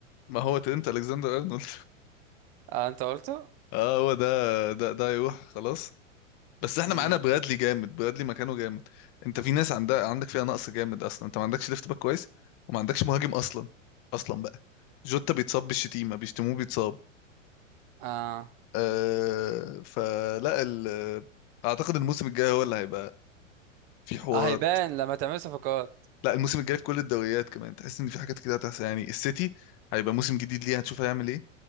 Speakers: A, on the left; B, on the right.
A: ما هو ترينت الكسندر ارنولد
B: اه انت قلته
A: <laughs> اه هو ده ده ده يروح خلاص بس احنا
B: امم
A: معانا برادلي جامد برادلي مكانه جامد انت في ناس عندها عندك فيها نقص جامد اصلا انت ما عندكش ليفت باك كويس وما عندكش مهاجم اصلا اصلا بقى جوتا بيتصاب بالشتيمة بيشتموه بيتصاب
B: اه
A: أه فلا ال... اعتقد الموسم الجاي هو اللي هيبقى في حوار
B: اه هيبان لما تعمل صفقات
A: لا الموسم الجاي في كل الدوريات كمان تحس ان في حاجات كده هتحصل يعني السيتي هيبقى موسم جديد ليه هتشوف هيعمل ايه